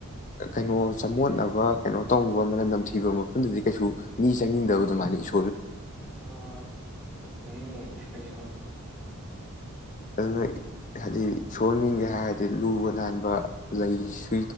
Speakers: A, on the left; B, in the centre.
A: ꯀꯩꯅꯣ ꯆꯃꯣꯠꯅꯕ ꯀꯩꯅꯣ ꯇꯧꯕ ꯃꯅꯝ ꯅꯝꯊꯤꯕ ꯃꯐꯝꯗꯗꯤ ꯀꯩꯁꯨ ꯃꯤ ꯆꯪꯅꯤꯡꯗꯕ ꯑꯗꯨꯃꯥꯏꯅ ꯢ
B: ꯑꯥ ꯑꯁ ꯆꯪꯅꯤꯡꯉꯝꯃꯣꯏꯕ ꯈꯪꯉꯦꯕ
A: ꯑꯗꯨꯅ ꯍꯥꯏꯗꯤ ꯏꯁꯣꯔ ꯅꯤꯡꯒꯦ ꯍꯥꯏꯔꯗꯤ ꯂꯨꯕ ꯅꯥꯟꯕ ꯂꯩꯁꯨ